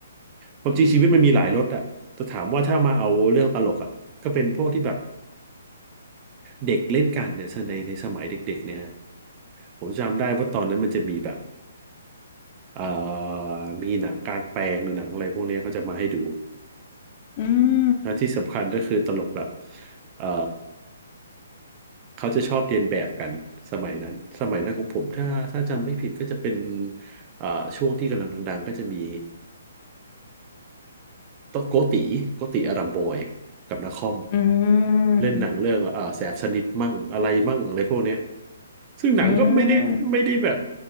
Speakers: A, on the right; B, on the left.
A: ความจริงชีวิตมันมีหลายรสอ่ะแต่ถามว่าถ้ามาเอาเรื่องตลกอ่ะก็เป็นพวกที่แบบเด็กเล่นกันเนี่ยในในสมัยเด็กๆเนี่ยฮะผมจำได้ว่าตอนนั้นมันจะมีแบบเอ่อมีหนังกลางแปลงหรือหนังอะไรพวกเนี้ยเขาจะมาให้ดู
B: อืม
A: นะที่สำคัญก็คือตลกแบบเอ่อ เขาจะชอบเรียนแบบกันสมัยนั้นสมัยนั้นของผมถ้าถ้าจำไม่ผิดก็จะเป็นเอ่าช่วงที่กำลังดังๆก็จะมีโตโกติโกติอารัมบอยกับนคร
B: อืม
A: เล่นหนังเรื่องเอ่าแสบสนิทมั่งอะไรมั่งอะไรพวกเนี้ยซึ่งหนังก็ไม่ได้ไม่ได้แบบ
B: อืม